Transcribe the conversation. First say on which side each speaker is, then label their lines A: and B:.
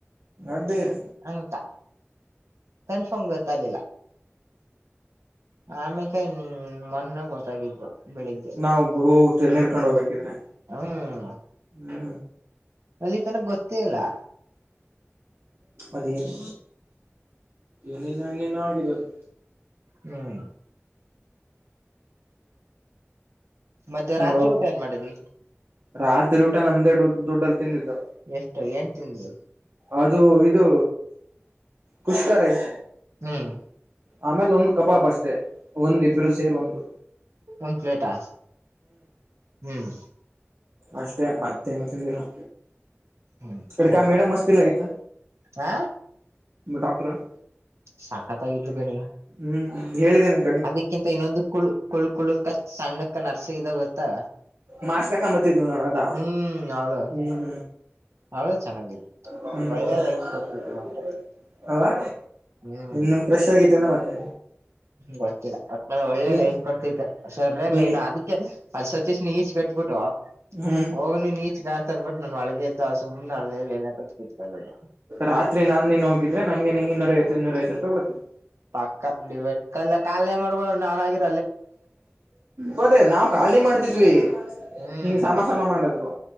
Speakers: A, on the right; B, on the right.
A: ಅದೇ <unintelligible>
B: ಅಂತ ಕನ್ಫರ್ಮ್ ಗೊತ್ತಾಗಲಿಲ್ಲ. ಆಮೇಕ ಮೊನ್ನೆ ಗೊತ್ತಾಗಿದ್ದು. ಬೆಳಿಗ್ಗೆ
A: ನಾವು ಹೋಗ್ತೇ <unintelligible> ನೆರ್ಕೊಂಡ್ ಹೋಗ್ಬೇಕಿದ್ರೆ
B: ಹ್ಮ್
A: ಹ್ಮ
B: ಅಲ್ಲಿ ತನ ಗೊತ್ತೇ ಇರಲ್ಲಿಲ್ಲಾ
A: ಅದೇನು, ಏನನ್ನು ಇನೇನು ಆಗಿರದು.
B: ಹ್ಮ್, ಮತ್ತೆ
A: ನಾವು
B: ರಾತ್ರಿ ಊಟ ಏನ್ ಮಾಡಿದಿ.
A: ರಾತ್ರಿ ಊಟ ನಮ್ದೇ ಡ್ ದುಡ್ಡಲ್ಲಿ ತಿಂದಿದ್ದು.
B: ಎಷ್ಟು ಏನ್ ತಿಂದ್ರಿ
A: ಅದು ಇದು ಕುಷ್ಕಾರೈಸ
B: ಹ್ಮ್,
A: ಆಮೇಲೆ ಒಂದ್ ಕಬಾಬ್ ಅಷ್ಟೇ ಒಂದ್ ಇಬ್ಬರು ಸೇರ್ ಒಂದು.
B: ಒಂದ್ ಪ್ಲೇಟಾ ಹ್ಮ್,
A: ಅಷ್ಟೆ ಮತ್ತೇನು ತಿಂದಿಲ್ಲಾ.
B: ಹ್ಮ್
A: ಕಡೆ
B: ಸರಿ
A: ಕ ಮೇಡಮ್ ಅತಿಲ್ಲ ಇತ
B: ಹ
A: ಡಾಕ್ಟರ <unintelligible>
B: ಸಾಕತ್ತಾಗಿದರು ಗಣಿ
A: ಹ್ಮ್, ಹೇಳಿದ್ದೇನೆ
B: ಅದಕ್ಕಿಂತ ಇನ್ನೊಂದು ಕುಳ್ ಕುಳ್ ಕುಳಕ ಸಣ್ಣಕ್ಕ ನರ್ಸಗಿದ ಗೊತ್ತಾ
A: ಮಾರ್ಕಂಬತ್ತಿದ <unintelligible> ಲ್ ನೋಡ ಅದಾ
B: ಹ್ಮ್ ಅವಳು
A: ಹ್ಮ್
B: ಅವಳು ಚೆನ್ನಾಗಿದ್
A: ಹ
B: ಒಳ್ಳೆ ಲೈನ್
A: <inaudible>
B: ಕೊಡ್ತಿತ್ತು ಮಾತ್ರ
A: ಅವಾ
B: ಹ್ಮ್
A: ಇನ್ಮ್ ಕ್ರೆಶ್ ಆಗಿತೇನ ಮತ್ತೆ.
B: ಗೊತ್ತಿಲ್ಲ ಒಟ್ನಲ್ಲಿ ಒಳ್ಳೆ
A: ನೀ
B: ಲೈನ್ ಕೊಡ್ತೈತೆ ಸರ್ಯಾಗ
A: ನೀ
B: ಲೈನ್ ಅದಕ್ಕೆ ಸತ್ತೀಶನ ಈಚ ಕಟ್ಬಿಟ್ಟು
A: ಹ್ಮ್
B: ಹೋಗನಿ ನೀಚಗಾ ಅಂತ ಅಂದಬಿಟ್ಟು ನಾನು ಒಳಗೆ ಇದ್ದ ಸುಮ್ನೆ ಅ ಏನಕ ಕತ್ಕಲ್ಲದು.
A: ರಾತ್ರಿ ನಾನ ನೀನ್ ಹೋಗಿದ್ರೆ ನಂಗೆ ನಿಂಗೆ ಇನ್ನೂರೈವತ್ತು ಇನ್ನೂರೈವತ್ತ ರೂಪಾಯಿ ಕೊಡ್ತೀವಿ.
B: ಪಕ್ಕ ಡಿವೈಡ್ ಕ ಕಾಲೆ ಮಾಡಬಿಡು ನಾನ <unintelligible>
A: ಪದೇ ನಾವು ಖಾಲೀ ಮಾಡ್ತಿದ್ವಿ.
B: ಹ್ಮ್
A: ಹಿಂಗ್ ಸಮ ಸಮ ಮಾಡಿದ್ರು